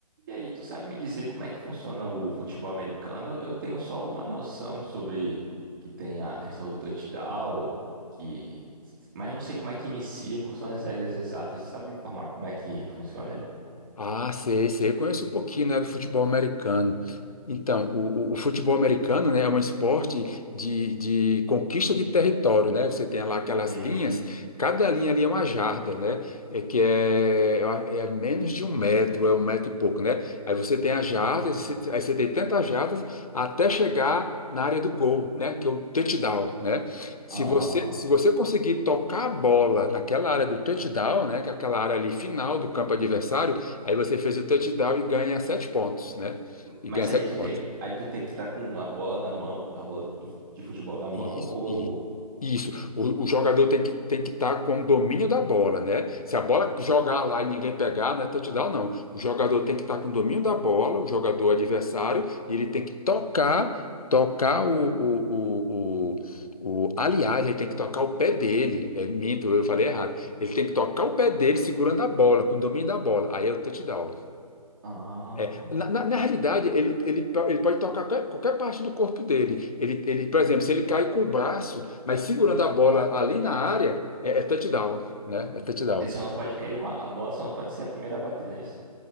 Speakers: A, on the right (about 30°); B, on the left (about 65°).
A: E aí, tu sabe me dizer como é que funciona o futebol americano? Eu tenho só uma noção sobre que tem a questão do touchdown, que... mas eu não sei como é que inicia, quais são as regras exatas. Tu sabe me informar como é que funciona aí?
B: Ah, sei, sei. Eu conheço um pouquinho, né, do futebol americano. Então, o, o, o futebol americano, né, é um esporte de, de conquista de território, né? Você tem lá aquelas
A: Hum,
B: linhas, cada linha ali é uma jarda, né? É que é, é menos de um metro, é um metro e pouco, né? Aí você tem as jardas,
A: ó,
B: você- aí você tem tantas jardas até chegar na área do gol, né? Que é o touchdown, né? Se
A: ah,
B: você, se você conseguir tocar a bola naquela área do touchdown, né? Que é aquela área ali final do campo adversário, Aí você fez o touchdown e ganha sete pontos, né? E
A: mas
B: ganha sete
A: aí tu tem,
B: pontos.
A: aí tu tem que estar com a bola na mão, a bola do fu- de futebol na mão,
B: E,
A: ou
B: e
A: eu,
B: isso, o, o jogador tem que tem que estar com o domínio da bola, né? Se a bola jogar lá e ninguém pegar, não é touchdown, não. O jogador tem que estar com o domínio da bola, o jogador adversário, e ele tem que tocar, tocar o, o, o, o, o- aliás, ele tem que tocar o pé dele. É minto, eu falei errado. Ele tem que tocar o pé dele segurando a bola, com o domínio da bola. Aí é o touchdown.
A: ah,
B: É, na, na, na realidade, ele, ele, ele pode tocar qualquer, qualquer parte do corpo dele. Ele, ele, por exemplo, se ele cai com o braço, mas segurando a bola ali na área, é, é touchdown, né? É touchdown.
A: ele só não pode cair com a, a bola, só não pode ser a primeira a bater, não é isso?